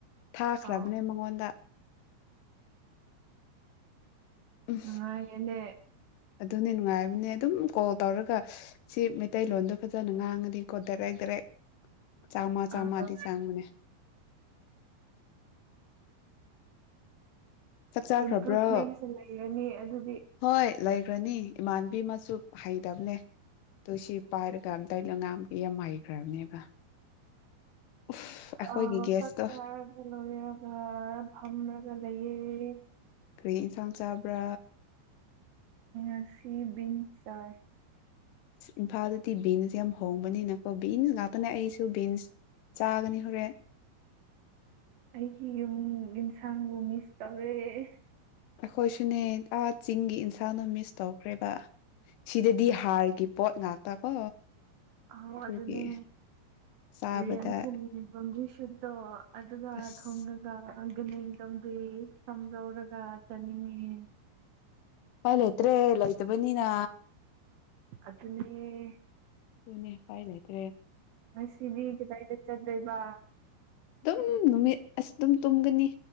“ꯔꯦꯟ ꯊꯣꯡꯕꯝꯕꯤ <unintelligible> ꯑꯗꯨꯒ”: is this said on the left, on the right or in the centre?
Right